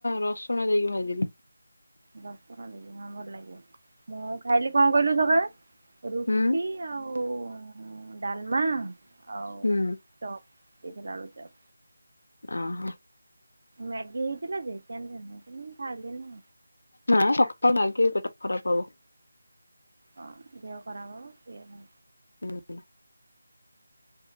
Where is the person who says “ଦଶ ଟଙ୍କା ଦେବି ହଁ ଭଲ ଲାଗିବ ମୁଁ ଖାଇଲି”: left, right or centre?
Right